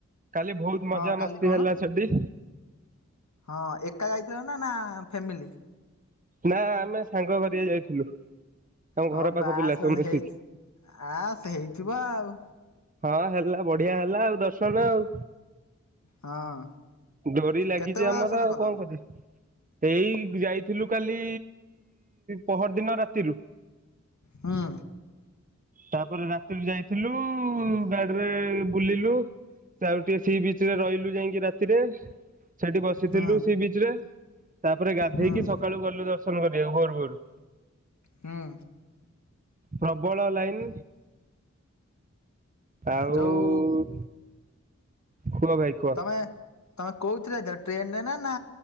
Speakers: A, on the right; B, on the left.
A: କାଲି ବହୁତ ମଜାମସ୍ତି
B: ହଁ କାଲି କଣ
A: ହେଲା ସେଠି।
B: ହଁ ଏକା ଯାଇଥିଲ ନା ନା ଫ୍ୟାମିଲି।
A: ନା ଆମେ ସାଙ୍ଗ କରିଆ ଯାଇଥିଲୁ। ଆମ
B: ହଉ
A: ଘର ପାଖ
B: ବାସ୍
A: ପିଲା ସବୁ
B: ବାସ୍
A: ମିଶିକି।
B: ହେଇ ଆସ ହେଇଥିବ ଆଉ।
A: ହଁ ହେଲା ବଢିଆ ହେଲା ଆଉ ଦର୍ଶନ ଆଉ।
B: ହଁ
A: ଡୋରି ଲାଗିଛି
B: କେତେବେଳେ
A: ଆମର
B: ଦର୍ଶନ
A: ଆଉ
B: କଲ?
A: କଣ କରିବା। ଏଇ ଯାଇଥିଲୁ କାଲି ପହର ଦିନ ରାତିରୁ।
B: ହଁ
A: ତାପରେ ରାତିରୁ ଯାଇଥିଲୁ ଗାଡିରେ ବୁଲିଲୁ। ସେ ଆଉ ଟିକେ ସି ବିଚ ରେ ରହିଲୁ ଯାଇକି ରାତିରେ ସେଠି ବସିଥିଲୁ
B: ହୁଁ
A: ସେି ବିଚ ରେ। ତାପରେ ଗାଧେଇକି
B: ହୁଁ।
A: ସକାଳୁ ଗଲୁ ଦର୍ଶନ କରିବା ଭୋର ଭୋରୁ।
B: ହଁ
A: ପ୍ରବଳ ଲାଇନ୍। ଆଉ
B: ଯୋଉ
A: କୁହ ଭାଇ କୁହ।
B: ତମେ କହୁଥିଲ ଯ ଟ୍ରେନ ରେ ନା ନା